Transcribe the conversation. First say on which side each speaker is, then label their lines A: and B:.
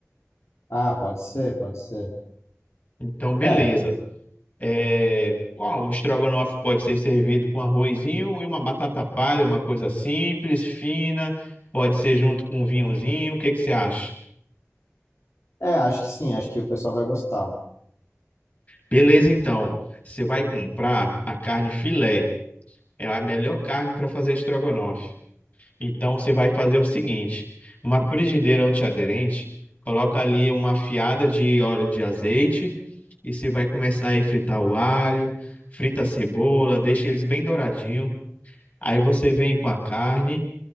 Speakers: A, on the left; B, on the left.
A: Ah, pode ser, pode ser.
B: Então, beleza.
A: É,
B: É, ó, o estrogonofe pode ser servido com arrozinho e uma batata palha, uma coisa simples, fina, pode ser junto com um vinhozinho. O que que você acha?
A: é, acho que sim, acho que o pessoal vai gostar.
B: Beleza, então. Você vai comprar a carne filé. É a melhor carne para fazer estrogonofe. Então você vai fazer o seguinte: uma frigideira antiaderente, coloca ali uma fiada de óleo de azeite e você vai começar a fritar o alho, frita a cebola, deixa eles bem douradinhos. Aí você vem com a carne,